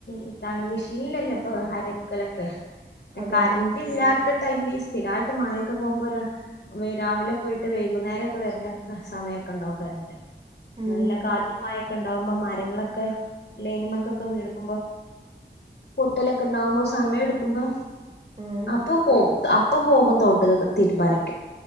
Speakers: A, on the left (about 60°); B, on the right (about 35°).
A: ഇ താണ് മെഷീനിലല്ലേ ഇപ്പൊ അലക്കലൊക്കെ
B: അതന്നെ
A: കറൻ്റ ഇല്ലാത്ത ടൈമില് സ്ഥിരമായിട്ട് മായൊക്കെ പോകുമ്പോരാ രാവിലെ പോയിട്ട് വൈകുന്നേരം ഒക്കെ വരുന്ന സമയൊക്കെ ഉണ്ടാവും കറിന്റെ
B: ഉം
A: നല്ല കാറ്റു മഴൊക്കെ ഉണ്ടാവുമ്പോ മരങ്ങളൊക്കെ ലൈനിമക്കൊക്കെ
B: ഉം
A: വീടക്കുമ്പോ പൊട്ടലൊക്കെ ഉണ്ടാവുമ്പോ സമയം എടുക്കുമ്പോ
B: ഉം
A: അപ്പൊ പോകവും അപ്പം പോകും തൊട്ടുക തീരുമാനൊക്കെ